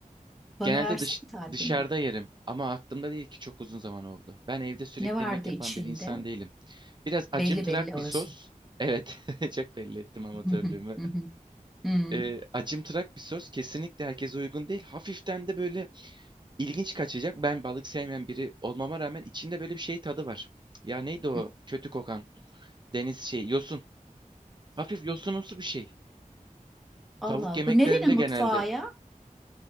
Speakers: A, in the centre; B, on the right.
A: Bana
B: Genelde
A: versene
B: dış,
A: tarifini.
B: dışarıda yerim ama aklımda değil ki çok uzun zaman oldu. Ben evde sürekli
A: Ne vardı
B: yemek yapan
A: içinde?
B: bir insan değilim. Biraz acımtırak
A: Belli belli orası.
B: bir sos. Evet, <laughs> çok belli ettim amatörlüğümü.
A: <laughs> Hı hı, hı hı, hı
B: Ee, acımtırak bir sos kesinlikle herkese uygun değil. Hafiften de böyle ilginç kaçacak. Ben balık sevmeyen biri olmama rağmen içinde böyle bir şey tadı var. Ya neydi o
A: hı,
B: kötü kokan deniz şey yosun. Hafif yosunumsu bir şey.
A: Allah
B: Tavuk
A: Allah.
B: yemeklerinde
A: Bu nerenin
B: genelde.
A: mutfağı ya?